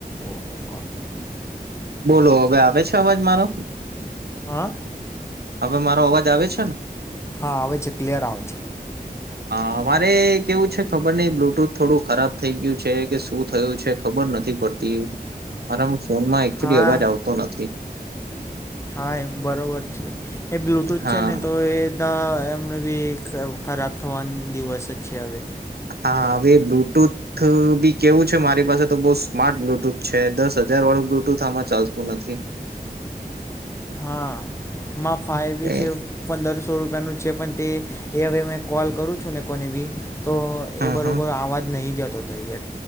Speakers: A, on the left; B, on the right.
A: ઓકે ઓકે
B: બોલો, હવે આવે છે અવાજ મારો?
A: હા?
B: હવે મારો અવાજ આવે છે ને?
A: હા આવે છે. ક્લિયર આવે છે.
B: અરે કેવું છે, ખબર નઈ બ્લુટુથ થોડું ખરાબ થઈ ગયું છે. કે શું થયું છે? ખબર નથી પડતી. મારા ફોનમાં. તેરી
A: હા
B: અવાજ આવતો નથી.
A: હા બરોબર છે. એ બ્લુટૂથ
B: હા
A: છે ને તો એ. બ એમને બી ખરાબ થવા દિવસ જ છે અવે.
B: હા. હવે બ્લુટુથ બી કેવું છે મારી પાસે તો બહુ સ્માર્ટ બ્લુટૂથ છે. દસ હજાર વાળું બ્લુ. મોોટું થમાં ચાલતું નથી.
A: હા. માં ફાઈી
B: એ
A: છે. પંદરસો રૂપિયાનું છે. પણ તે. એ હવે મે કોલ કરું છું ને કોને બી. તો
B: હમ
A: એ બરોબર
B: હમ
A: આવા જ નહીં જતો. <inaudible>